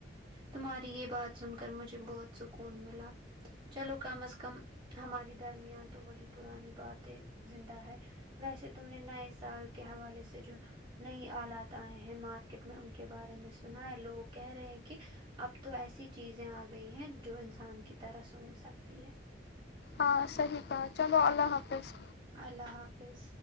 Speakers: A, on the right; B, on the left.
A: تمہاری یہ بات سن کر مجھے بہت سکون ملا چلو کم از کم ہماری درمیان تو وہی پرانی باتیں زندہ ہے ویسے تم نے نئے سال کے حوالے سے جو نئی آلات آئے ہیں مارکیٹ میں ان کے بارے میں سنا ہے لوگ کہہ رہے ہیں کہ اب تو ایسی چیزیں آ گئی ہیں جو انسان کی طرح سوچ سکتی ہے
B: ہاں صحیح کہا چلو اللہ حافظ
A: اللہ حافظ